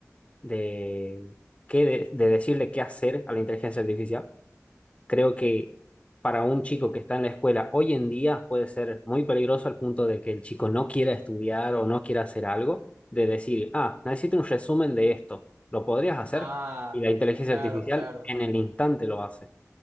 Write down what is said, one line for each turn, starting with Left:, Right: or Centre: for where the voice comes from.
Left: de, qué de de decirle qué hacer a la inteligencia artificial creo que para un chico que está en la escuela hoy en día puede ser muy peligroso al punto de que el chico no quiera estudiar o no quiera hacer algo, de decir, ah, necesito un resumen de esto, ¿lo podrías hacer?
Right: Ah,
Left: Y la inteligencia
Right: claro,
Left: artificial
Right: claro.
Left: en el instante lo hace.